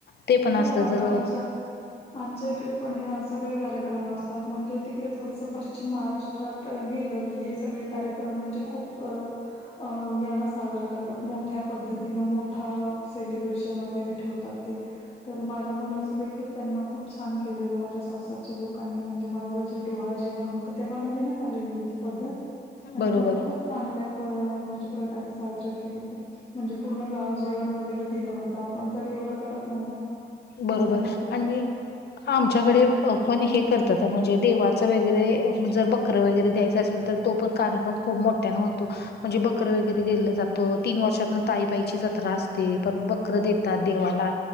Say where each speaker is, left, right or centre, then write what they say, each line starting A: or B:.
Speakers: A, on the left; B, on the left.
A: ते पण
B: हो
A: असतं
B: अगं
A: जर
B: आमचं आमच्या इकडे पण हे सगळे कार्यक्रम असतात म्हणजे तिकडे थोडस पश्चिम महाराष्ट्र त्यात अ गेले की हे सगळे कार्यक्रम इकडे म्हणजे खूप अ अ याण साजरा करतात मोठ्या पद्धतीन मोठा सेलिब्रेशन वगैरे ठेवतात ते. तर माझ्या मुलाच देखील त्यांना खूप छान केलेलं माझ्या सासरच्या लोकांनी म्हणजे माझं डोहाळ जेवण होतं ड तेव्हा नवीनच आलेली होती पद्धत
A: बरोबर,
B: त्यांना खूप चांगल्या प म्हणजे प्रकारे साजरं केलं ते म्हणजे पूर्ण गाव जेवण वगैरे दिलं होतं आपण तरी एवढं करत नाही ना पण
A: बरोबर
B: त्यांनी केलं
A: आणि
B: होत.
A: आमच्याकडे पण हे करतात अ म्हणजे देवाचं वगैरे जर बघ चक्र वगैरे द्यायचां असेल तर तो पण कार्यक्रम खूप मोठ्यानं होतो. म्हणजे बकरे वगैरे दिलं जातं तीन वर्षातन ताईबाईची जत्रा असते परत बकर देतात देवाला